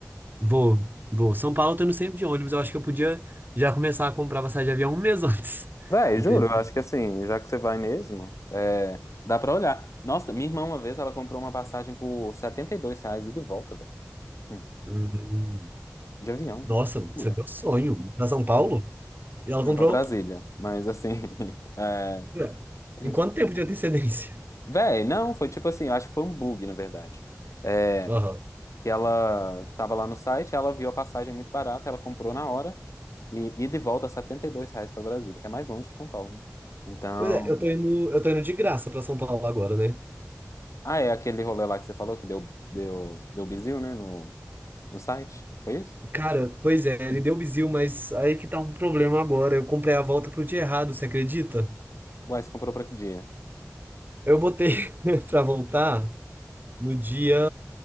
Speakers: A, on the right; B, on the left.
A: vou, vou. São Paulo eu tô indo sempre de ônibus, eu acho que eu podia já começar a comprar passagem de avião um mês antes.
B: Véi,
A: <laughs> Entendeu?
B: juro, eu acho que assim, já que você vai mesmo, é, dá pra olhar. Nossa, minha irmã uma vez ela comprou uma passagem por 72 reais e de volta, velho. Hum,
A: Uhum.
B: De avião,
A: Nossa,
B: uma loucura.
A: você deu sonho. Pra São Paulo? E ela
B: Não
A: comprou?
B: pra Brasília, mas assim. <laughs> É...
A: É.
B: hum.
A: Em quanto tempo de antecedência?
B: Véi, não, foi tipo assim, eu acho que foi um bug, na verdade. É,
A: <laughs> Aham.
B: que ela tava lá no site, ela viu a passagem muito barata, ela comprou na hora e, e de volta 72 reais pra Brasília, que é mais longe que São Paulo. né? Então.
A: Pois é, eu tô indo, eu tô indo de graça pra São Paulo agora, né?
B: Ah, é aquele rolê lá que você falou que deu, deu, deu bizil, né? No... No site? Foi isso?
A: Cara, pois é, ele deu bizil, mas aí que tá um problema agora. Eu comprei a volta pro dia errado, você acredita?
B: Uai, você comprou pra que dia?
A: Eu botei <laughs> pra voltar no dia